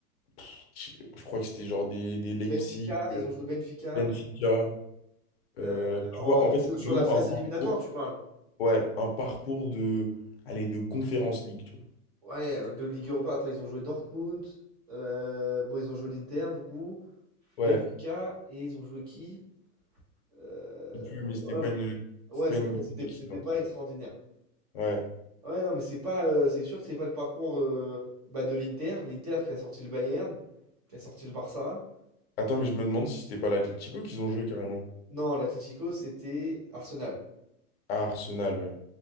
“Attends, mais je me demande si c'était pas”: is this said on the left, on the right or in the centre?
Left